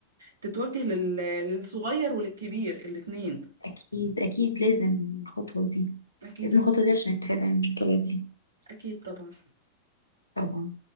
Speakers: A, on the right; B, on the left.
A: تتوجه لل- للصغير وللكبير الاتنين
B: اكيد اكيد لازم الخطوة دي
A: أكيد
B: لازم الخطوة دي عشان نتفادى المشكلة دي
A: أكيد طبعا
B: طبعا